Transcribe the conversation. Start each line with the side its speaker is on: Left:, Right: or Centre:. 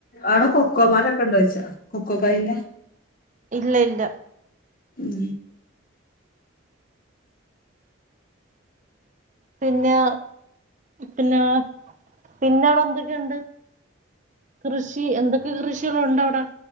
Left: അട കോ കുക്കോമാരൊക്കെ ഉണ്ടോ ചോയിച്ച കോക്കോകായന്റെ
Right: ഇല്ല ഇല്ല
Left: ഉം
Right: പിന്നെ പിന്നേ പിന്നെ അവിടെ എന്തൊക്കെയുണ്ട് കൃഷി എന്തൊക്കെ കൃഷികൾണ്ട് അവിടെ